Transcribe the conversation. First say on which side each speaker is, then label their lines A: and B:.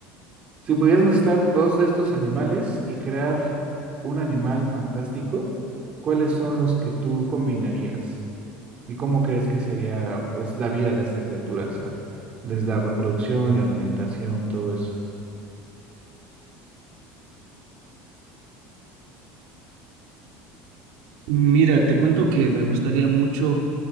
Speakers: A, on the right; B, on the right.
A: Si pudieras mezclar dos de estos animales y crear un animal fantástico, ¿cuáles son los que tú combinarías? ¿Y cómo crees que sería pues la vida de esta criatura? O sea, desde la reproducción, la alimentación, todo eso.
B: Mira, te cuento que me gustaría mucho